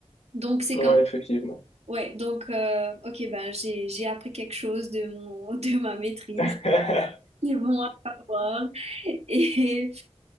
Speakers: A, on the right; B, on the left.
A: Donc, c'est
B: ouais,
A: comme...
B: effectivement.
A: Ouais, donc, euh, ok, ben, j'ai, j'ai appris quelque chose de mon, <laughs> de ma maîtrise.
B: <laughs>
A: C'est bon à savoir. Et,